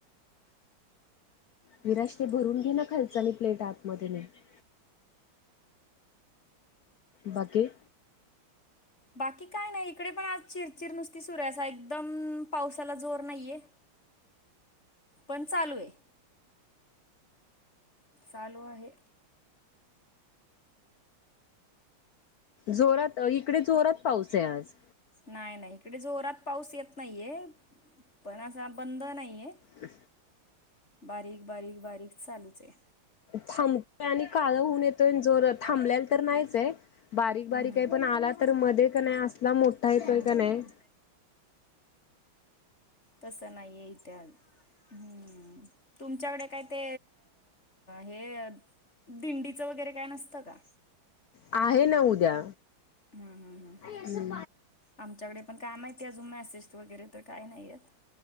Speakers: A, on the left; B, on the left.
A: विराज ते भरून घे ना खालच आणि प्लेट आतमध्ये नेते बाकी?
B: बाकी काय नाही इकडे पण आज चिरचिर नुसती सुरू आहे एकदम पावसाला जोर नाहीये. पण चालू आहे चालू आहे.
A: जोरात इकडे जोरात पाऊस आहे आज.
B: नाही नाही इकडे जोरात पाऊस येत नाहीये पण असा बंद नाहीये.
A: अ.
B: बारीक बारीक बारीक चालूच ये.
A: थांबतोय आणि काळं होऊन येतोय जर थांबलेल तर नाहीच आहे. बारीक
B: हम्म
A: बारीक आहे पण आला तर मध्ये का नाही असला मोठा येतोय
B: हम्म
A: का
B: हम्म
A: नाही.
B: तस नाहीये हित आज हम् तुमच्याकडे काय ते हे दिंडीचं वगैरे काय नसतं का?
A: आहे ना उद्या
B: हम्म हम्म हम्म
A: हम.
B: आमच्याकडे पण काय माहिती अजून मेसेज वगैरे तर काय नाहीयेत.